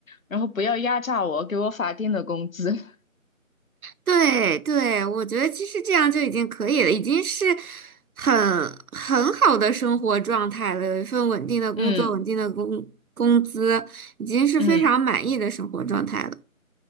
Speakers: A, on the left (about 70°); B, on the right (about 85°).
A: 然后不要压榨我，给我法定的工资。<laughs>
B: 对对，我觉得其实这样就已经可以了，已经是很很好的生活状态了。有一份稳定的工作，
A: 嗯
B: 稳定的工工资，已经是非常满意的生活状态了。
A: 嗯，